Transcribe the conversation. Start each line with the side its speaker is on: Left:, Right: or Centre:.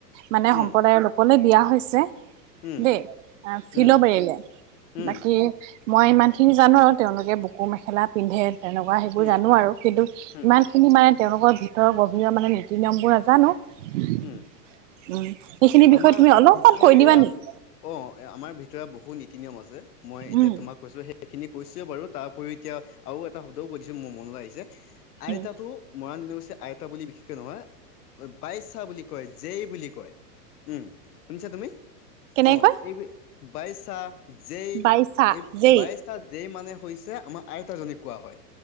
Right: মানে সম্প্ৰদায়ৰ
Left: উম
Right: লোকলে বিয়া হৈছে,
Left: উম
Right: দেই। আ ফিলবাৰীলে
Left: উম উম
Right: বাকী মই ইমান খিনি জানো আৰু, তেওঁলোকে বুকু মেখেলা পিন্ধে তেনেকুৱা সেইবোৰ
Left: উম
Right: জানো আৰু, কিন্তু
Left: হুম,
Right: ইমান যিখিনি মানে, তেওঁলোকৰ ভিতৰৰ গভীৰ মানে নীতি-নিয়মবোৰ নাজানো। উম,
Left: হুম।
Right: সেইখিনি বিষয়ে
Left: আমাৰ
Right: তুমি অলপমান
Left: ভিতৰীয়া
Right: কৈ দিবা নেকি
Left: অ', আমাৰ ভিতৰত বহুত নীতি-নিয়ম আছে, মই এতিয়া
Right: উম
Left: তোমাক কৈছো, সেই সেইখিনি কৈছোৱে বাৰু, তাৰ উপৰিও এতিয়া আৰু এটা শব্দও কৈ দিছো মোৰ মনলৈ আহিছে আইতাতো
Right: উম
Left: মৰাণ জনগোষ্ঠী আইতা বুলি বিশেষকে নকয় বাইছা বুলি কয়, জেই বুলি কয়। উম, শুনিছা তুমি
Right: কেনেকৈ
Left: অ এই বাইশাহ জেই,
Right: বাইচা
Left: এই
Right: যেই
Left: বাইচ জেই মানে হৈছে, আমাৰ আইতাজনীক কোৱা হয়